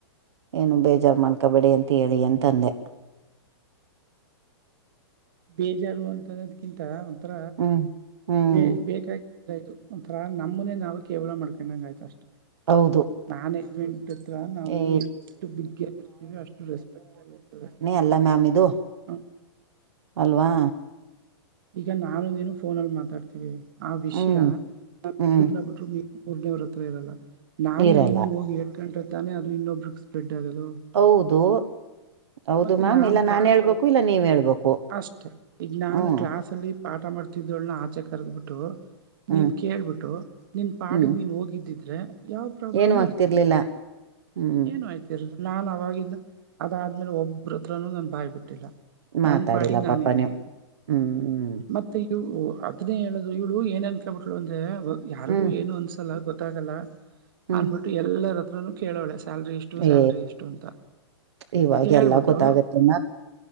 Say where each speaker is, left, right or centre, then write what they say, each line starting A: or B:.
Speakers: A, on the right; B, on the right.
A: ಏನು ಬೇಜಾರ ರ್ಮಾಡ್ಕಬೇಡಿ ಅಂತ ಹೇಳಿ ಅಂತಂದೆ
B: ಬೇಜಾರು ಅಂತ ಕಿಂತ ಒಂಥರ
A: ಹ್ಮ್ ಹ್ಮ್
B: ಬ ಬೇಕಾಗಿ ಇದು ಒಂಥರ ನಮ್ಮನೆ ನಾವವು ಕೇವಲ ಮಾಡ್ಕೊಂಡಂಗ ಆಯ್ತು ಅಷ್ಟೆ
A: ಹೌದು
B: ಮ್ಯಾನೇಜ್ಮೆಂಟ್ ಹತ್ರ ನಾವು
A: ಈ
B: ಎಷ್ಟು ಬಿಗ್ಗಿ ಆಗಿರ್ತೀವಿ ಅಷ್ಟು ರೆಸ್ಪೆಕ್ಟ್ ಆಗಿರ್ತದೆ
A: ಎಲ್ಲ ಮ್ಯಾಮ ಇದು
B: ಹ್ಮ
A: ಅಲ್ವಾ
B: ಈಗ ನಾನು ನೀನು ಫೋನಲ್ಲಿ ಮಾತಾಡ್ತಿವಿ ಆ ವಿಷಯ
A: ಹ್ಮ್
B: ನಮ
A: ಹ್ಮ್
B: ಇಬ್ರನ್ನ ಬಿಟ್ರು ಪೂರ್ನೇವ್ರ ಹತ್ರ ಇರಲ್ಲ ನಾನು
A: ಇರಲ್ಲ
B: ನೀನು ಹೋಗಿ ಹೇಡ್ಕೊಂಡ ತಾನೆ ಅದು ಇನ್ನೊಬ್ರ ಸ್ಪ್ರೆಡ್ ಆಗೋದು
A: ಹೌದು ಹೌದು
B: ಮತ್ತೆ
A: ಮ್ಯಾಮ್
B: ನಾನ್
A: ಇಲ್ಲ
B: ಕ್ಲಾಸ್
A: ಹೇಳ್ಬೇಕು
B: ಒಳಗೆ
A: ಇಲ್ಲ ನೀವ್ ಹೇಳ್ಬೇಕು
B: ಅಷ್ಟೆ ಈಗ ನಾನು
A: ಹ್ಮ್
B: ಕಕ್ಲಾಸ್ ಅಲ್ಲಿ ಪಾಠ ಮಾಡ್ತಿದ್ದವಳನ್ನ ಆಚೆ ಕರ್ದಬಿಟ್ಟು
A: ಹ್ಮ್
B: ನೀನ್ ಕೇಳ್ಬಿಟ್ಟು ನಿನ್ ಪಾಡಿಗೆ
A: ಹ್ಮ್
B: ನೀನ್ ಹೋಗಿದ್ದಿದ್ದ ರೆ ಯಾವ ಪ್ರಾಬ್ಲಮು
A: ಏನು ಆಗ್ತಿರ್ಲಿಲ್ಲ
B: ಇರ್ತಿತಿಲ್ಲ
A: ಹ್ಮ್
B: ಏನು ಆಯ್ತು ನಾನ್ ಅವವಾಗಿಂದ ಅದಾದ್ಮೇಲೆ ಒಬ್ಬ್ರ ಹತ್ರನುೂ ನಾನನ್ ಬಾಯ್ಬ ಬಿಟ್ಟಿಲ್ಲ ನನ್
A: ಮಾತಾಡಿಲ್ಲ
B: ಪಾಡಿಗೆ ನಾನು
A: ಪಾಪ
B: ಇದೀನಿ
A: ನೀವು ಹ್ಮ್
B: ಮತ್ತೆ ಮತ್ತ ಇ ಅದನ್ನೇ ಹೇಳೋದು ಇಳು ಏನ ಅನ್ಕಳ್ಬಿಟ್ಳಲು ಅಂದ್ರೆ ಯಾರಿಗೂ
A: ಹ್ಮ್ ಹ್ಮ್
B: ಏನು ಅನ್ಸಲ್ಲ ಗೊತ್ತಾಗಲ್ಲ
A: ಹ್ಮ್
B: ಅನ್ಬಿಟ್ಟು ಎಲ್ಲರ ಹತ್ರನು ಕೇಳೋಳೆ ಸ್ಯಾಲ್ರಿ ಇಷ್ಟ ಎಷ್ಟು ಸ್ಯಲ್ರಿ
A: ಏ
B: ಎಷ್ಟು ಅಂತ
A: ಇವಾಗ
B: ಕೇಳ್ಬಿಟ್ಟು
A: ಎಲ್ಲ ಗೊತ್ತಾಗತ್ತೆ